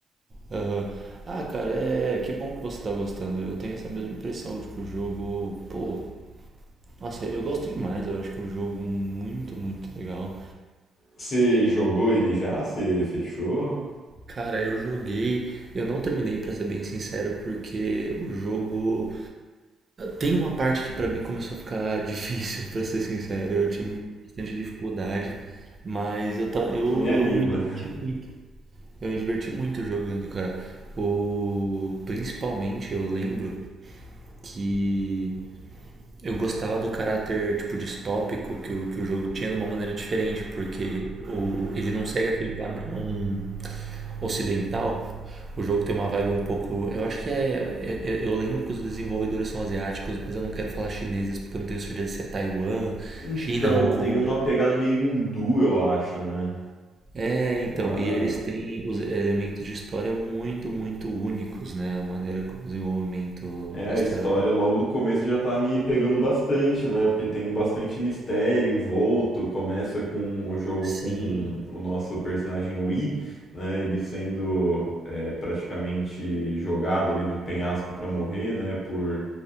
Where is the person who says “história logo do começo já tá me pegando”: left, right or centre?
Left